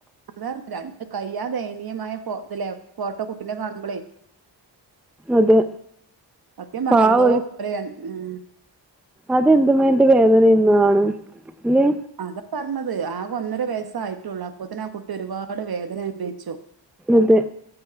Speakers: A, on the right; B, in the centre.
A: അതാ രണ്ട് കയ്യാ ദയനീയമായ പോ ഇതിലേ ഫോട്ടോ കൂട്ടിനെ കാണുമ്പോളേ
B: അതെ
A: സത്യപറഞ്ഞ
B: പാവം
A: എന്തോ <unintelligible> പറയാ ഉം
B: അതെന്തും വേണ്ടി വേദനിന്ന്കാണും ഇല്ലേ?
A: അതാ പറഞ്ഞത് ആകെ ഒന്നര വയസ്സായിട്ടുള്ളൂ അപ്പത്തേനും ആ കുട്ടി ഒരുപാട് വേദന അനുഭവിച്ചു.
B: അതെ